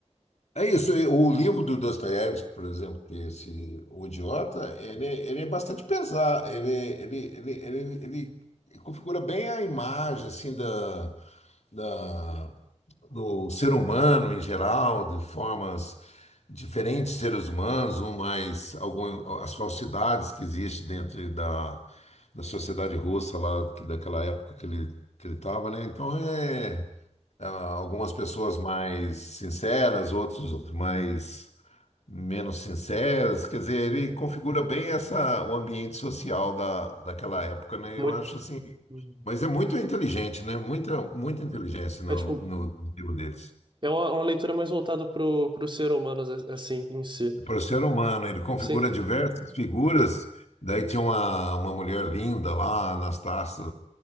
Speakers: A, on the left; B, on the right.
A: É isso, e o livro do Dostoiévski, por exemplo, que esse O Idiota, ele, ele é bastante pesado, ele, ele, ele, ele, ele configura bem a imagem assim da, da, do ser humano em geral, de formas diferentes, seres humanos, um mais algum, as falsidades que existem dentro da, da sociedade russa lá que- daquela época que ele que ele estava, né? Então é ah, algumas pessoas mais sinceras, outros mais menos sinceras. Quer dizer,
B: Uhum.
A: ele configura bem essa, o ambiente social da, daquela época, né?
B: Muito.
A: Eu acho assim.
B: Uhum.
A: Mas é muito inteligente, né? Muita, muita inteligência no,
B: É tipo,
A: no, no livro deles.
B: é uma, uma leitura mais voltada pro, pro ser humano, as- assim, em si.
A: Para o ser humano, ele configura
B: Sim.
A: diversas figuras. Daí tinha uma, uma mulher linda lá, Anastácia,